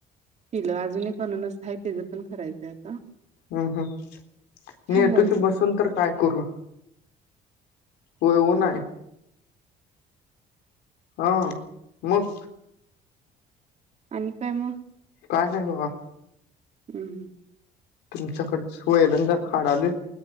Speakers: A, on the right; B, on the left.
A: पिलं अजून एक अननस आहे तेजं पण करायचंय आता
B: हम् हम् मी
A: छान
B: येतो
A: झालतं
B: सी बसून तर काय करू? होय ऊन आय आं मग
A: आणि काय मग
B: काय नाही बाबा
A: उम्ह
B: तुमच्याकड सोये धंदा काढाले